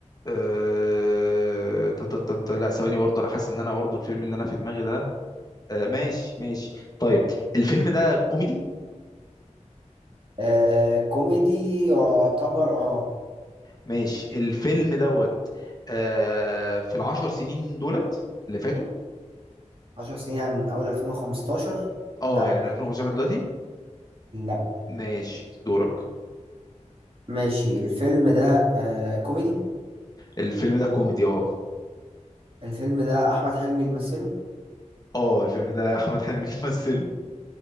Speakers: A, on the left (about 30°); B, on the right (about 45°).
A: آه... تا تا تا تا- لا ثواني برضو انا حاسس ان انا برضو الفيلم اللي انا في دماغي ده آه ماشي ماشي طيب الفيلم ده كوميدي
B: آه كوميدي يعتبر اه
A: ماشي الفيلم دوت آه في العشر سنين دولت اللي فاتوا
B: عشر سنين يعني من اول 2015
A: اه
B: لا
A: يعني من 2015 دلوقتي
B: لا
A: ماشي دورك
B: ماشي الفيلم ده آه كوميدي
A: الفيلم ده كوميدي اه
B: الفيلم ده احمد حلمي اللي مثله
A: اه الفيلم ده احمد حلمي اللي مثله